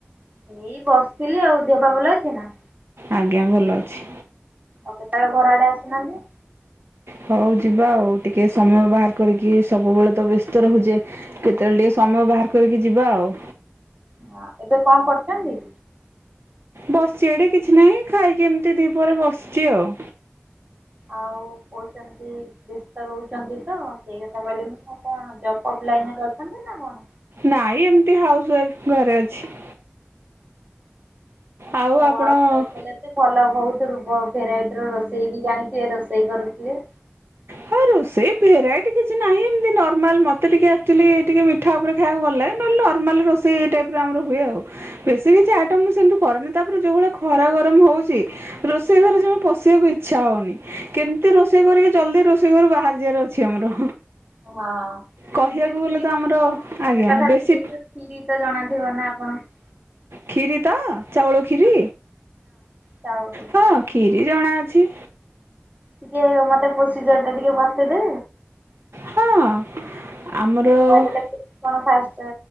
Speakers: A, on the right (about 40°); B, on the right (about 85°).
A: ଏଇ ବସିଥିଲି ଆଉ ଦେହପା ଭଲ ଅଛି ନା?
B: ଆଜ୍ଞା ଭଲ ଅଛି।
A: ଆଉ କେତେବେଳେ ଘର ଆଡେ ଆସୁନାହାନ୍ତି।
B: ହଉ ଯିବା ଆଉ ଟିକେ ସମୟ ବାହାର କରିକି ସବୁବେଳେ ତ ବ୍ୟସ୍ତ ରହୁଛେ। କେତେବେଳେ ଟିକେ ସମୟ ବାହାର କରିକି ଯିବା ଆଉ।
A: ହଁ ଏବେ କଣ କରୁଛନ୍ତି?
B: ବସିଛି ଏଠି କିଛି ନାହିଁ ଖାଇକି ଏମିତି ଦିପହରେ ବସିଛି ଆଉ।
A: ଆଉ କହୁଛନ୍ତି ବ୍ୟସ୍ତ ରହୁଛନ୍ତି ତ ସେଇ କଥା କହିଲି ମୁ କଣ ଜପ୍ ଫବ୍ ଲାଇନରେ ଅଛନ୍ତି ନା କଣ।
B: ନାଇଁ ଏମିତି ହାଉସ ୱାଇଫ ଘରେ ଅଛି। ଆଉ
A: କଣ ହବ
B: ଆପଣ
A: ହାଉସ ୱାଇଫ ହେଲେ ଭଲ ବହୁତ ଭେରାଇଟି ର ରୋଷେଇ ବି ଜାଣିଥିବେ ରୋଷେଇ କରୁଥିବେ।
B: ହଁ ରୋଷେଇ ଭେରାଇଟି କିଛି ନାହିଁ, ଏମତି ନର୍ମାଲ, ମତେ ଟିକେ ଆକଚୁଆଲି ଟିକେ ମି ମିିଠା ଉପରେ ଖାଇବାକୁ ଭଲ ଲାଗେ, ନହେଲେ ନର୍ମାଲ ରୋଷେଇ ଏ ଟାଇପ ର ଆମର ହୁଏ ଆଉ। ବେଶୀ କିଛି ଆଇଟମ ମୁ ସେମିତି କରରେନି, ତାପରେ ଯୋଉ ଭଳି ଖରା ଗରମ ହଉଛି। ରୋଷେଇ ଘରେ ଜମା ପଶିବାକୁ ଇଚ୍ଛା ହଉନି। କେମତି ରୋଷେଇ କରିକି ଜଲଦି ରୋଷେଇ। କେବେଠୁ ବାହାରେ ଯିବାର ଅଛି ଆମର।
A: ହଁ
B: କହିବାକୁ
A: ଦିଦି କ୍ଷୀରି
B: ଗଲେ ତ ଆମର ଆଜ୍ଞା
A: କଥା କହିଲେ
B: ବେଶୀ।
A: ତ କ୍ଷୀରି ତ ଜଣାଥିବ ନା ଆପଣଙ୍କୁ?
B: କ୍ଷୀରି ତ ଚାଉଳ କ୍ଷୀରି
A: ହଁ ଚାଉଳ ଥିଲା।
B: ହଁ କ୍ଷୀରି ଜଣା ଅଛି।
A: ଟିକେ ମତେ ପ୍ରୋସିଜର ଟା ଟିକେ ବତେଇଦେବେ।
B: ହଁ ଆମର
A: କହିଦେଲେ କେମିତି କଣ ଫାଷ୍ଟ